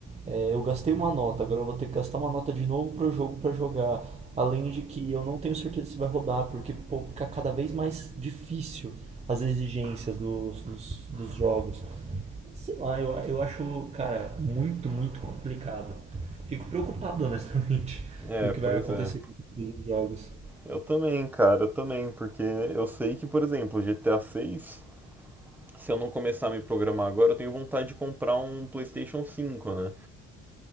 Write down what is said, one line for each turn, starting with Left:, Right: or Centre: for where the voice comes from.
Right: é, eu gastei uma nota, agora eu vou ter que gastar uma nota de novo pro jogo pra jogar. Além de que eu não tenho certeza se vai rodar, porque, pô, fica cada vez mais difícil as exigências dos, dos, dos jogos. Sei lá, eu, eu acho, cara, muito, muito complicado. Fico preocupado, honestamente, <laughs>
Centre: É,
Right: do que vai
Centre: pois
Right: acontecer
Centre: é.
Right: com os jogos.
Centre: Eu também, cara, eu também, porque eu sei que, por exemplo, GTA 6, se eu não começar a me programar agora, eu tenho vontade de comprar um PlayStation 5, né?